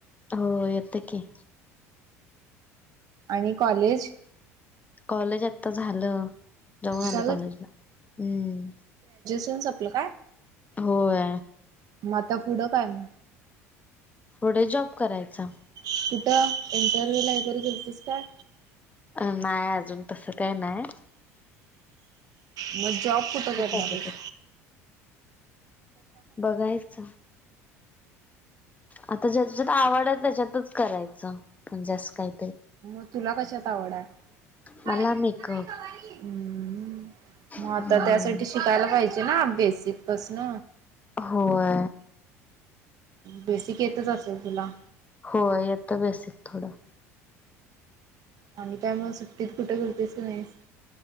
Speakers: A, on the left; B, on the right.
A: हो येतं की.
B: आणि कॉलेज?
A: कॉलेज आता झालं जाऊन आली
B: झालं
A: कॉलेजला अं.
B: तीन सपलं काय?
A: होय.
B: म आता पुढं काय म.
A: पुढे जॉब करायचा.
B: कुठं इंटरव्हिव्ह ला वगैरे गेलतीस. काय
A: अ नाही अजून तसं काय नाय.
B: मं जॉब कुठं करणार
A: आता
B: हाईस?
A: बघायच. आता ज्याच्यात आवड हाय त्याच्यातच करायचं म्हणजे असं काही
B: म तुला कशत आवड हाय?
A: मला मेकअप
B: हम्म म
A: हम्म
B: आता त्यासाठी शिकायला पाहिजे ना. बेसिक पसण
A: होय
B: बेसिक येतच असेल तुला
A: हो येत बेसिक थोड
B: आणि काय मग सुट्टीत कुठ गेल्तीस नाहीस